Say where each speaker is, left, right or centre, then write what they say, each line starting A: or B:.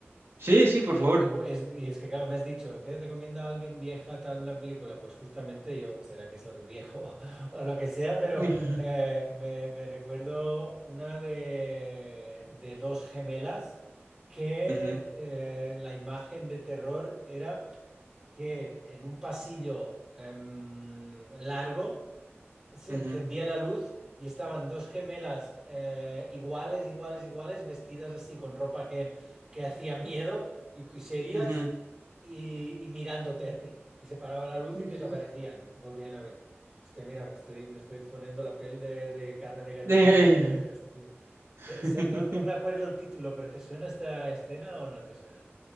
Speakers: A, on the right; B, on the right.
A: Sí, sí, por
B: que
A: favor.
B: igual- es, y es que claro, me has dicho, ¿qué recomienda a alguien vieja tal una película? Pues justamente yo, será que soy viejo <laughs> o lo que sea, pero
A: Ujú,
B: eh, me, me recuerdo una de, de dos gemelas que
A: <laughs> ujú,
B: eh, la imagen de terror era que en un pasillo em, largo se
A: ujú,
B: encendía la luz y estaban dos gemelas eh, iguales, iguales, iguales, vestidas así con ropa que, que hacía miedo y, y serias
A: ujú.
B: y, y mirándote a ti. Y se paraba la luz
A: Mm.
B: y desaparecían, volvían a ver. Hostia, mira, me estoy, me estoy poniendo la piel de, de carne de gallina
A: Eh,
B: de... <laughs> de hostia.
A: <laughs>
B: Te- esa- no, no me acuerdo el título, pero ¿te suena esta escena o no te suena?